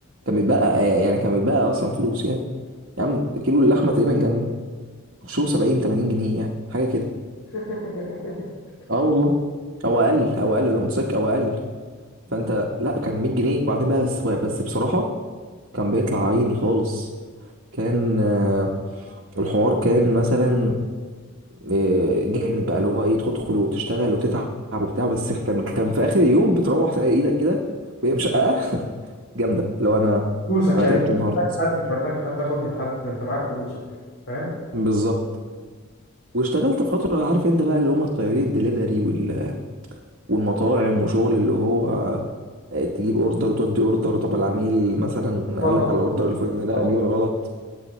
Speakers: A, on the right; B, on the left.
A: كان بيتبقى آه، يعني كان بيتبقى اصلا فلوس يعني يا عم كيلو اللحمه تقريبا كان شو 70 80 جنيه يعني حاجه كده
B: <laughs>
A: اه والله او اقل او اقل انا متذكر او اقل فانت لا كان 100 جنيه بعدين بقى بس بس بصراحه كان بيطلع عيني خالص كان آه، الحوار كان مثلا آه، جامد بقى اللي هو ايه تدخل وتشتغل وتتعب وبتاع بس كان كان في اخر اليوم بتروح تلاقي ايدك كده وهي مشققه <laughs> جامده لو انا
B: فلوسك
A: انا
B: يعني
A: تعبت
B: مش
A: النهارده
B: محتاج حد مش محتاج حد تاخد من حد انت معاك فلوسك فاهم
A: بالظبط واشتغلت فتره عارف انت بقى اللي هم الطيارين دليفري وال... والمطاعم وشغل اللي هو آه، تجيب اوردر تودي اوردر طب العميل مثلا
B: هو
A: قال
B: طب-
A: لك على الاوردر الفلاني لا
B: طلبات
A: جيب الغلط